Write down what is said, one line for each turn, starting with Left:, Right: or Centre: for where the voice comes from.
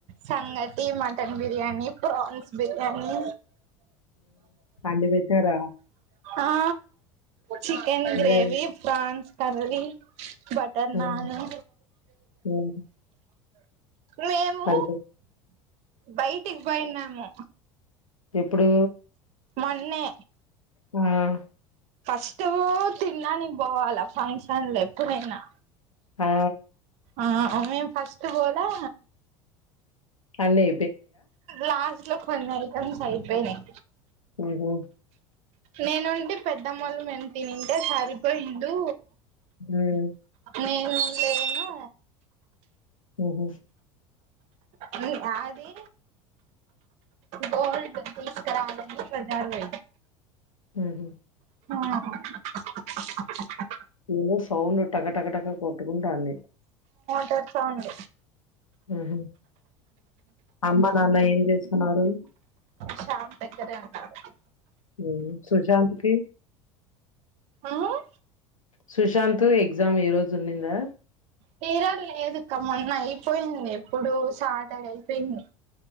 Right: సంగతి ఈటీ మటన్ బిర్యానీ ప్రాన్స్ బిర్యానీ
Left: అడిపోేతుార
Right: ఆ చికెన్ దవ
Left: అయి
Right: ప్రన్స్ తర్లీ బటర్
Left: హ్మ్.
Right: నాన్ ఉ
Left: హ్మ్.
Right: మేము
Left: అంతే.
Right: బయటికి పోయినాము
Left: ఎప్పుడు
Right: మొన్నే
Left: ఉమ్
Right: ఫస్ట్ తిన్నానికి పోవాల ఫంక్షన్ ఎప్పుడైనా
Left: ఆ!
Right: ఆ అవే ఫస్ట్ బోలా
Left: అన్నే
Right: లాస్ట్ లో కొన్ని ఐటమ్స్ అయిపోయినాయి
Left: ఉంహు
Right: నేనుండి పెద్దమ్మళ్లుు మను తినింటే సరిపోయిడు
Left: హ్మ్.
Right: నేను లేనా
Left: హఉంహు
Right: అది అది గోల్డ్ తీసుకురావాలని పడ్డారు
Left: ఉంహు
Right: ఆ
Left: ఏదో సౌండ్ టకటకటక కొట్టుకుంటంది
Right: టర్ సౌండ్
Left: ఉహ్ హు అమ్మ నాన్న ఏం చేస్తున్నారు.
Right: శ్యామ్ దగ్గరే ఉన్నాడు.
Left: ఉహ్ హు సుశాంత్ కిి
Right: ఆహ్
Left: సుశాంత్ ఎగ్జామ్ ఈ రోజున్నిందా.
Right: తీరా లేదక్క మొన్న అయిపోయింది. ఎప్పుడు సాటర్డే అయిపోయింది.